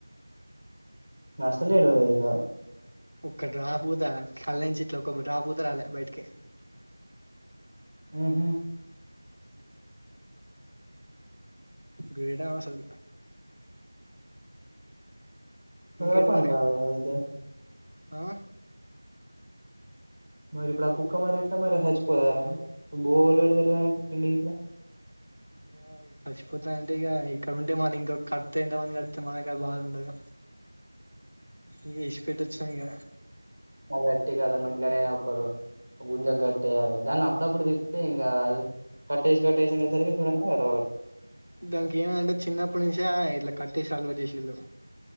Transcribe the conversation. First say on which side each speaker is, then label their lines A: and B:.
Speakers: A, on the right (about 35°); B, on the right (about 85°).
A: అస్సలు ఎడువది ఇగా
B: ఒక్క డ్రాప్ కుత కళ్ళ నుంచి ఇట్లా ఒక్క డ్రాప్ పూత రాలే బయటికి
A: మ్ హు
B: హ గ్రేడ్ అవి అసలు
A: <unintelligible>
B: ఇంకేంటి మరి
A: అయితే
B: ఆ
A: మరి ఇప్పుడు ఆ కుక్క మరి ఎట్లా మరి చచ్చిపోతారా బువ్వలుఎవరు పెడతారు దానికి తిండి గిట్లా
B: ఇంకా చచ్చిపోత అంటివిగా ఇక్కడ ఉంటే మళ్ళ ఇక్కడుంటే కళ్తే ఎంత మంది కళ్తే మనకు అ బాధ ఉండదు ఇగ ఇష్పేటి వచ్చిన ఇగ
A: మరి అట్టిగ మింట్నేనా ఒకరు గుంజకు కట్టేయ్యాలె దాన్ని అప్పుడప్పుడు తిప్తే ఎం కాదు అది కట్టేసి కట్టేసి ఉండేసరికే చూడంగానే ఎడ్
B: దానికి ఏమందంటే చిన్నప్పటి నుంచే ఇట్లా కట్టేసి అల్వట్ చేసిళ్ళు